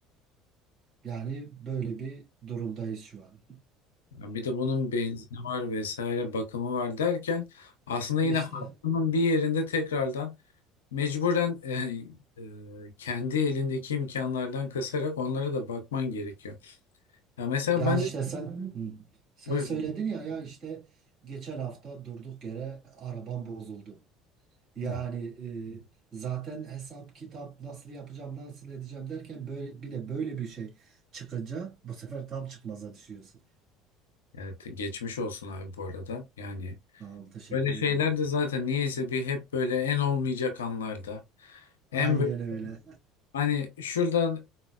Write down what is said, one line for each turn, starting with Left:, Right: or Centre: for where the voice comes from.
Right: Yani böyle bir durumdayız şu an.
Left: Ya Bir de bunun benzini var vesaire bakımı var derken aslında yine
Right: İşte
Left: hayatının bir yerinde tekrardan mecburen e, e, kendi elindeki imkanlardan kasarak onlara da bakman gerekiyor. Ya mesela
Right: ya
Left: ben
Right: işte
Left: de
Right: sen hı. sen
Left: buyurun.
Right: söyledin ya ya işte geçen hafta durduk yere arabam bozuldu. Yani
Left: Hı.
Right: e, zaten hesap kitap nasıl yapacağım nasıl edeceğim derken böyle bir de böyle bir şey çıkınca bu sefer tam çıkmaza düşüyorsun.
Left: Yani te- geçmiş olsun abi bu arada. Yani
Right: Sağ ol, teşekkür
Left: böyle şeyler
Right: ederim.
Left: de zaten niyeyse bir hep böyle en olmayacak anlarda. En
Right: Aynen
Left: bö-
Right: öyle.
Left: hani şuradan